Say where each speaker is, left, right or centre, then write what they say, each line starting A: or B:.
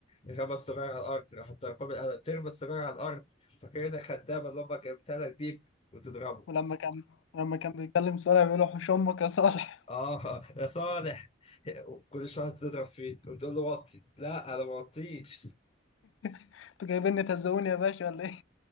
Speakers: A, on the left (about 30°); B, on the left (about 80°).
A: رمى السجارة على الأرض راح ضربها بالقلم ترمى السجارة على الأرض فاكرها خدامة اللي أمك جابتها لك دي وتضربه
B: ولما كان لما كان بيتكلم صالح بيقول له حوش امك يا صالح
A: اه يا صالح كل شويه تضرب فيه وتقول له وطي لا انا ما وطيش
B: <laughs> انتوا جايبيني تهزقوني يا باشا ولا ايه